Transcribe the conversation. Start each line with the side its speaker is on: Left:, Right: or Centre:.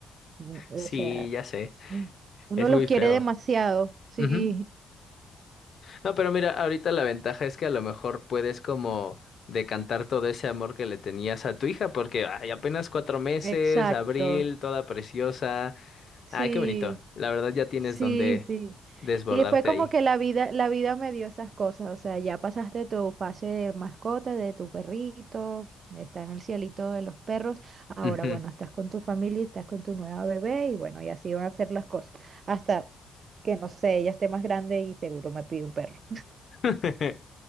Right: Mm, O
Left: Sí,
Right: sea,
Left: ya sé.
Right: mm, uno
Left: Es
Right: los
Left: muy
Right: quiere
Left: feo.
Right: demasiado. Sí,
Left: Ujú. No, pero mira, ahorita la ventaja es que a lo mejor puedes como decantar todo ese amor que le tenías a tu hija, porque ay, apenas cuatro meses,
Right: exacto.
Left: abril, toda preciosa.
Right: Sí.
Left: Ay, qué bonito. La verdad ya tienes
Right: Sí,
Left: donde
Right: sí.
Left: desbordarte
Right: Y fue como
Left: ahí.
Right: que la vida, la vida me dio esas cosas. O sea, ya pasaste tu fase de mascota, de tu perrito, está en el cielito de los perros. Ahora,
Left: Ujú.
Right: bueno, estás con tu familia, estás con tu nueva bebé y bueno, y así van a ser las cosas. Hasta que, no sé, ella esté más grande y seguro me pide un perro.
Left: <laughs>